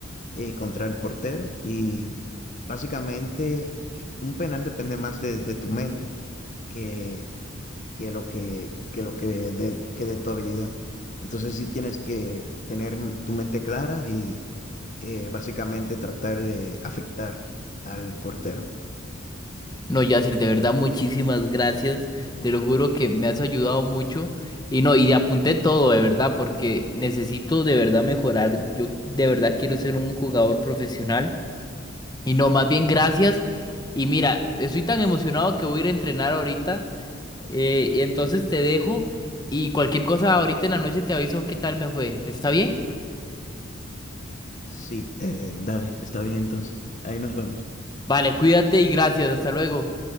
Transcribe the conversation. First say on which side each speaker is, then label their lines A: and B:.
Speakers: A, on the left; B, on the left.
A: eh, contra el portero y básicamente eh, un penal depende más de, de tu mente que, que lo que, que lo que de, que de tu habilidad. Entonces sí tienes que tener tu mente clara y eh, básicamente tratar de afectar al portero.
B: No, Yacir, de verdad, muchísimas gracias. Te lo juro que me has ayudado mucho. Y no, y apunté todo, de verdad, porque necesito de verdad mejorar. Yo de verdad quiero ser un jugador profesional. Y no, más bien gracias. Y mira, estoy tan emocionado que voy a ir a entrenar ahorita. eh, entonces te dejo y cualquier cosa ahorita en la noche te aviso qué tal me fue. ¿Está bien?
A: Sí, eh, dale, está bien entonces. Ahí nos vemos.
B: Vale, cuídate y gracias. Hasta luego.